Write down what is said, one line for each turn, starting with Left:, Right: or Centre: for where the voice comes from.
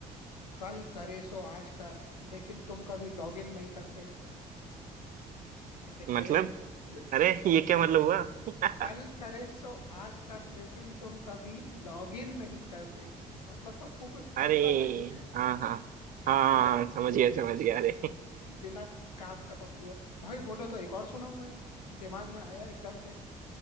Left: कल करे सो आज कर लेकिन तुम कभी लॉगिन नहीं करते <laughs>
Right: मतलब अरे ये क्या मतलब हुआ <laughs>
Left: कल करे सो आज कर लेकिन तुम कभी लॉगिन नहीं करते मतलब पप्पू कुछ
Right: अरे
Left: करता नहीं है
Right: हाँ हाँ हाँ हाँ
Left: बिना
Right: हाँ, समझ गया समझ गया अरे
Left: बिना काम का पप्पू है भाई बोलो तो एक और सुनाऊं भाई दिमाग में आया एकदम से